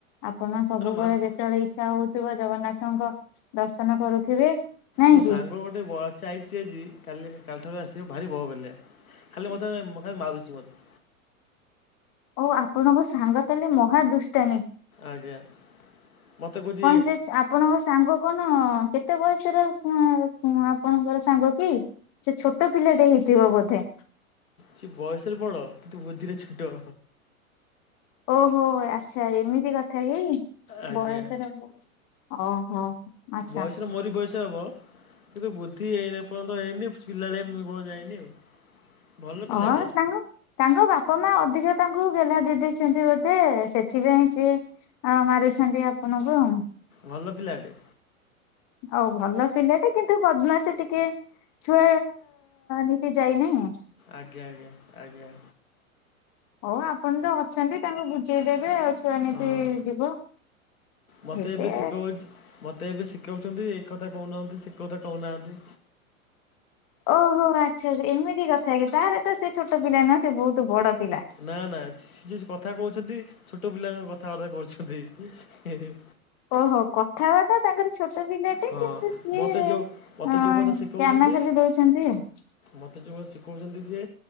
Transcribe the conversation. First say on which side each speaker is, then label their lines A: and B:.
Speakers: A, on the left; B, on the left.
A: ଆପଣ ସବୁବେଳେ
B: ମାନ
A: ଯେତେବେଳେ ଇଛା ହଉଥିବ, ଜଗନ୍ନାଥଙ୍କ ଦର୍ଶନ କରୁଥିବେ? ନାଇଁ
B: ମୋ ସାଙ୍ଗ
A: କି?
B: ଗୋଟେ ବସ୍ ଆଇ ସିଏଜି କାଲି କାଲିଠାରୁ ଆସିବ ଭାରି ବୋହାଗାଲିଆ, ଖାଲି ମୋତେ ମା ମାରୁଚି ମୋତେ।
A: ଓଃ, ଆପଣଙ୍କ ସାଙ୍ଗ ତାଲେ ମହାଦୁଷ୍ଟାମି?
B: ଆଜ୍ଞା। ମତେ କହୁଛି
A: କଣ
B: ଏ
A: ସେ ଆପଣଙ୍କ ସାଙ୍ଗ କଣ କେତେ ବୟସରେ ଆ-ପ-ଆ-ପ ଆପଣଙ୍କର ସାଙ୍ଗ କି? ସେ ଛୋଟ ପିଲାଟେ ହେଇଥିବ ବୋଧେ?
B: ସେ ବୟସରେ ବଡ କିନ୍ତୁ ବୁଦ୍ଧିରେ ଛୋଟ।
A: ଓହୋ ଆଛା, ଏମିତି କଥା କି?
B: ଆଜ୍ଞା
A: ବୟସରେ ବ, ଓହୋ ଆଛା।
B: ବୟସରେ ମୋରି ବୟସ ହେବ କିନ୍ତୁ ବୁଦ୍ଧି ଏ ଏପର୍ଯ୍ୟନ୍ତ ହେଇନି, ପିଲାଳିଆମି ଗୁଣ ଯାଇନି ଆଉ। ଭଲ ପିଲାଟେ
A: ହଁ, ତାଙ୍କ୍ ତାଙ୍କ ବାପା ମା ଅଧିକ ତାଙ୍କୁ ଗେଲ୍ଲା ଦେଇ ଦେଇଚନ୍ତି ବୋଧେ, ସେଥିପାଇଁ ସିଏ ହଁ ମାରୁଛନ୍ତି ଆପଣଙ୍କୁ ଆଉ।
B: ଭଲ ପିଲାଟେ।
A: ଆଉ ଭଲ ପିଲା ଟେ କିନ୍ତୁ ବଦମାସୀ ଟିକେ ଛୁଆ ନୀତି ଯାଇନାହି ଆଉ।
B: ଆଜ୍ଞା ଆଜ୍ଞା ଆଜ୍ଞା।
A: ହଉ ଆପଣ ତ ଅଛନ୍ତି, ତାଙ୍କୁ ବୁଝେଇଦେବେ ଆଉ। ଛୁଆନୀତି
B: ହଁ
A: ଯିବ,
B: ମତେ
A: ଏବେ
B: ଶିଖଉଛି ମତେ ଏବେ ଶିଖଉଚନ୍ତି, ଏଇ କଥା କହୁନାହାନ୍ତି ସେ କଥା କହୁନାହାନ୍ତି।
A: ଓହୋ ଆଛା, ଏମିତି କଥା କି ତାହାଲେ ତ ସେ ଛୋଟ ପିଲା ନୁହଁ, ସେ ବହୁତ ବଡ ପିଲା।
B: ନା ନା, ସେ ଯ କଥା କହୁଛନ୍ତି, ଛୋଟ ପିଲାଙ୍କ କଥାବାର୍ତ୍ତା କହୁଛନ୍ତି। ହି ହି
A: ଓହୋ କଥା ବାର୍ତ୍ତା ତାଙ୍କର ଛୋଟ ପିଲା ମତେ
B: ହଁ
A: କିନ୍ତୁ ସିଏ
B: ମତେ ଯୋଉ
A: ଅ
B: ମତେ ଯୋଉ କଥା ଶିଖଉଛନ୍ତି
A: ଜ୍ଞାନ ଖାଲି ଦଉଛନ୍ତି ଆଉ।
B: ମତେ ଯଉରା ଶିଖଉଚନ୍ତି ସିଏ,